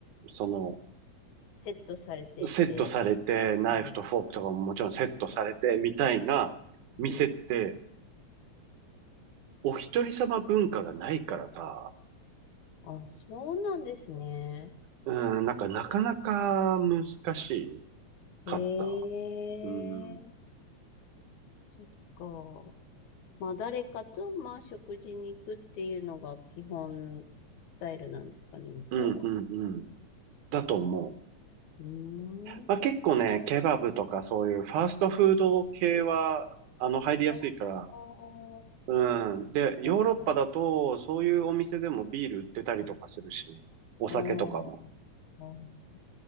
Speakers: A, on the right; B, on the left.
A: その、
B: セットされてて。
A: セットされて、ナイフとフォークとかももちろんセットされて、
B: うん
A: みたいな店って、
B: うんうん。
A: お一人様文化がないからさ、
B: あ、そうなんですね。
A: うん、なんかなかなか難しかった。
B: へえ、
A: うん、うん、
B: そっか。まあ、誰かと、まあ、食事に行くっていうのが基本スタイルなんですかね、向こうは。
A: うん、うん。だと思う。
B: そう。う
A: まあ、
B: ーん。
A: 結構ね、ケバブとかそういうファーストフード系は、あの、入りやすいから、
B: ああ、
A: うん。で、ヨーロッパだと、
B: あ
A: そういうお店でもビール売ってたりとかするし、お酒とかも。
B: あ、ああ。